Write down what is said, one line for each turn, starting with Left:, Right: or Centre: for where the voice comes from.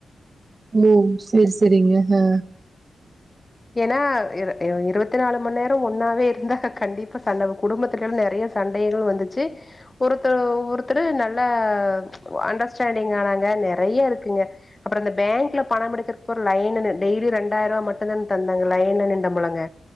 Right: ஓ சரி சரிங்க அஹ்
Left: ஏன்னா இருபத்தி நாலு மணி நேரம் ஒன்னாவே இருந்தா கண்டிப்பா சண்டை குடும்பத்துல நிறைய சண்டைகளும் வந்துச்சு ஒருத்தர் ஒருத்தர் நல்லா அண்டர்ஸ்டாண்டிங் ஆனாங்க நிறைய இருக்குங்க அப்புறம் அந்த பேங்க்ல பணம் எடுக்கிறப்ப ஒரு லைன் டெய்லி ரெண்டாயிரம் ரூபா மட்டும் தான் தந்தாங்களா லயன்ல நின்ணோமுல்லங்க